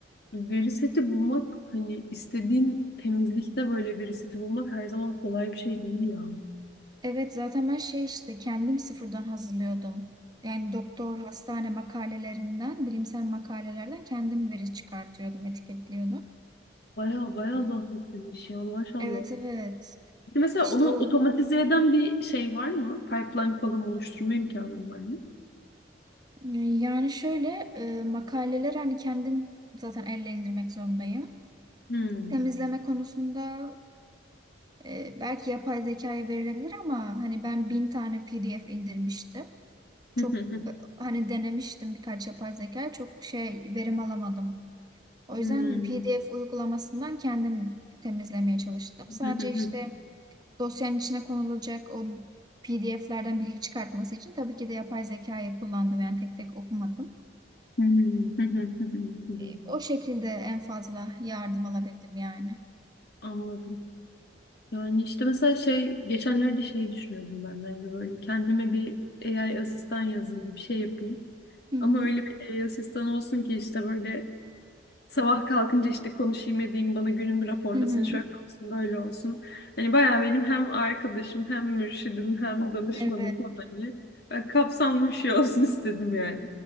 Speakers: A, on the left; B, on the right.
A: veri seti bulmak hani istediğin temizlikte böyle veri seti bulmak her zaman kolay bir şey değil ya.
B: Evet zaten ben şey işte kendim sıfırdan hazırlıyordum. Yani doktor, hastane makalelerinden, bilimsel makalelerden kendim veri çıkartıyordum, etiketliyordum.
A: Baya baya
B: Ee,
A: zahmetli bir iş ya maşallah.
B: Evet evet
A: Peki Mesela
B: işte
A: onu
B: o
A: otomatize eden bir şey var mı? Pipeline falan oluşturma imkanın var mı?
B: yani şöyle e, makaleler hani kendim zaten elle indirmek zorundayım.
A: Hmm.
B: Temizleme konusunda e, belki yapay zekaya verilebilir ama hani ben bin tane PDF indirmiştim.
A: <laughs>
B: Çok hani denemiştim birkaç yapay zeka çok şey verim alamadım. O yüzden
A: Hmm.
B: PDF uygulamasından kendim temizlemeye çalıştım.
A: <laughs>
B: Sadece işte dosyanın içine konulacak o PDF'lerden bilgi çıkartması için tabii ki de yapay zekayı kullandım. Yani tek tek okumadım.
A: Hmm. <laughs>
B: E, O şekilde en fazla yardım alabildim yani.
A: Anladım. Yani işte mesela şey geçenlerde şey düşünüyordum ben de hani böyle kendime bir AI asistan yazayım bir şey yapayım.
B: Hı hı.
A: Ama öyle bir AI asistan olsun ki işte böyle sabah kalkınca işte konuşayım edeyim bana günümü raporlasın
B: Hı hı.
A: şöyle olsun böyle olsun. Hani bayağı benim hem arkadaşım hem mürşidim hem danışmanım
B: Evet.
A: falan. gibi. Ben kapsamlı bir şey olsun <laughs> istedim yani.